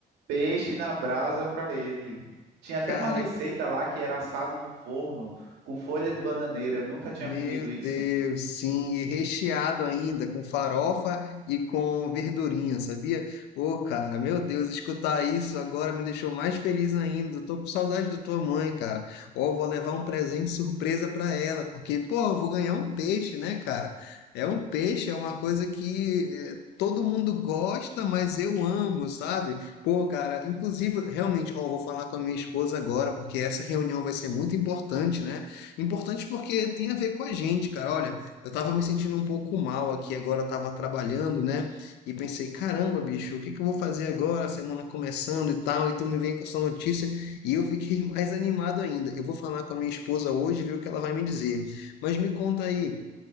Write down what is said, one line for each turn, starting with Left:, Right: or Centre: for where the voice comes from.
Right: peixe na brasa para ele. Tinha até
Left: Cara,
Right: uma receita lá que era assado no forno com folha de bananeira, eu nunca tinha
Left: Meu
Right: comido isso.
Left: Deus, sim, e recheado ainda com farofa e com verdurinha, sabia? Ô, cara, meu Deus, escutar isso agora me deixou mais feliz ainda. Eu tô com saudade da tua mãe, cara. Ó, vou levar um presente surpresa pra ela, porque, pô, eu vou ganhar um peixe, né, cara? É um peixe, é uma coisa que eh, todo mundo gosta, mas eu amo, sabe? Pô, cara, inclusive, realmente, ó, vou falar com a minha esposa agora, porque essa reunião vai ser muito importante, né? Importante porque tem a ver com a gente, cara. Olha, eu tava me sentindo um pouco mal aqui agora, eu tava trabalhando, né? E pensei, caramba, bicho, o que que eu vou fazer agora? A semana começando e tal, e tu me vem com essa notícia. E eu fiquei <laughs> mais animado ainda. Eu vou falar com a minha esposa hoje, ver o que ela vai me dizer. Mas me conta aí